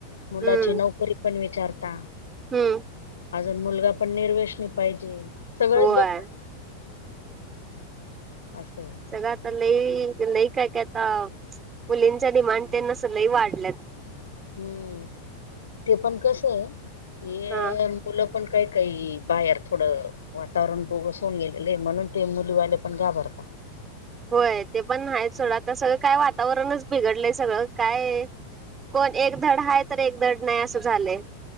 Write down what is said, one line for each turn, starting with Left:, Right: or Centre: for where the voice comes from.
Left: मुलाची
Right: हम्म
Left: नोकरी पण विचारता.
Right: हम्म
Left: अजून मुलगा पण निर्वेशणी पाहिजे सगळच
Right: होय
Left: बघता- असंय.
Right: सगळ आता लई लई काय काय ताप मुलींचा डिमांड त्यांन असं लय वाढल्यात.
Left: हम्म ते पण कसय हे
Right: हा
Left: मुलं पण काय काई बाहेर थोडं वातावरण बोगस होऊन गेलेलय म्हणून ते मुलीवाले पण घाबरता.
Right: होय ते पण न्हायत सोडा आता सगळं काय वातावरणच बिघडलंय सगळं काय कोण एक धड हाय तर एक धड नाय असं झालंय.